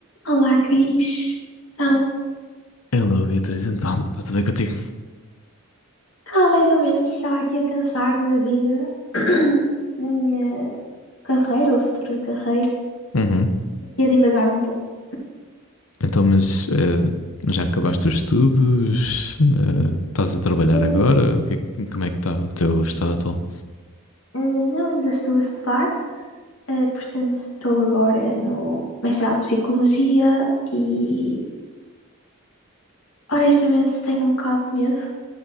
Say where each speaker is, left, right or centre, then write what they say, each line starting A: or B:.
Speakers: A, on the left; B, on the left.
A: Olá, Cris. Então,
B: Hello, Beatriz, então, está tudo bem contigo?
A: ah, mais ou menos, estava aqui a pensar na vida, <clears throat> na minha carreira ou futura carreira,
B: Uhum.
A: e a divagar um pouco.
B: Então, mas eh, já acabaste os estudos? Eh, estás a trabalhar
A: Eh,
B: agora? O que é que- como é que está o teu estado atual?
A: eh, Não, ainda estou a estudar, eh, portanto, estou agora no mestrado de Psicologia e, honestamente, tenho um bocado de medo,